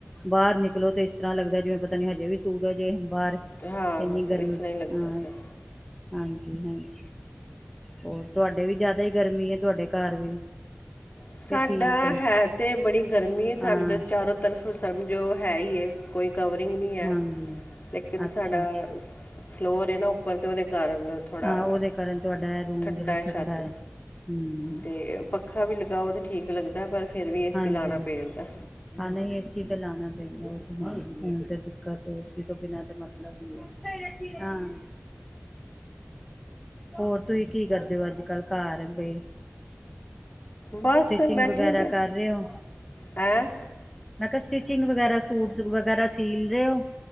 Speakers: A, in the centre; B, on the left.
A: ਬਾਹਰ ਨਿਕਲੋ ਤੇ ਇਸ ਤਰ੍ਹਾਂ ਲੱਗਦਾ, ਜਿਵੇਂ ਪਤਾ ਨੀ ਹਜੇ ਵੀ ਸੂਰਜ ਏ। ਬਾਰ
B: ਹਾਂ
A: ਇੰਨੀ ਗਰਮੀ,
B: ਇਸ ਤਰ੍ਹਾਂ ਹੀ ਲੱਗਦਾ
A: ਹਾਂ
B: ਪਿਆ
A: ਹਾਂਜੀ ਹਾਂਜੀ। ਹੋਰ ਤੁਹਾਡੇ ਵੀ ਜ਼ਿਆਦਾ ਈ ਗਰਮੀ ਏ, ਤੁਹਾਡੇ ਘਰ ਵੀ।
B: ਸਾਡਾ
A: ਕਿ ਠੀਕ
B: ਹੈ ਤੇ ਬੜੀ ਗਰਮੀ ਸਾਨੂੰ
A: ਹਾਂ-ਹਾਂ
B: ਚਾਰੋਂ ਤਰਫ਼ੋਂ ਸਮਝੋ ਹੈ ਈ ਏ ਕੋਈ ਕਵਰਿੰਗ ਨਹੀਂ ਏ
A: ਹਾਂਜੀ।
B: ਲੇਕਿਨ
A: ਅੱਛਾ-ਅੱਛਾ
B: ਸਾਡਾ ਫਲੋਰ ਏ ਨਾ ਉੱਪਰ ਤੇ ਉਹਦੇ ਕਾਰਨ ਥੋੜ੍ਹਾ
A: ਹਾਂ ਉਹਦੇ ਕਾਰਨ ਤੁਹਾਡਾ ਇਹ ਰੂਮ
B: ਠੰਡਾ
A: ਜਿਹੜਾ
B: ਏ ਛੱਤ।
A: ਹੈ। ਹੂੰ
B: ਤੇ ਪੱਖਾ ਵੀ ਲਗਾਉ ਤੇ ਠੀਕ ਲੱਗਦਾ, ਪਰ ਫਿਰ ਵੀ ਏ
A: ਹਾਂਜੀ
B: ਸੀ ਲਾਣਾ ਪੈਂਦਾ।
A: ਹਾਂ, ਨਹੀਂ ਏ ਸੀ ਤੇ ਲਾਣਾ ਪੈਂਦਾ, ਹੁਣ ਤੇ ਦਿੱਕਤ ਏ ਏ ਸੀ ਤੋਂ ਬਿਨਾਂ ਤੇ ਮਤਲਬ ਹੀ ਹਾਂ <inaudible> ਹੋਰ ਤੁਸੀਂ ਕੀ ਕਰਦੇ ਹੋ, ਅੱਜ ਕੱਲ ਘਰ ਬਈ।
B: ਬਸ
A: ਸਟਿਚਿੰਗ
B: ਬੈਠੇ
A: ਵਗੈਰਾ
B: ਦੇ ਆ
A: ਕਰ ਰਹੇ ੳ,
B: ਹੈਂ
A: ਮੈਂ ਕਿਆ ਸ ਸਟਿਚਿੰਗ ਵਗੈਰਾ, ਸੂਟ ਵਗੈਰਾ ਸੀਲ ਰਹੇ ਹੋ?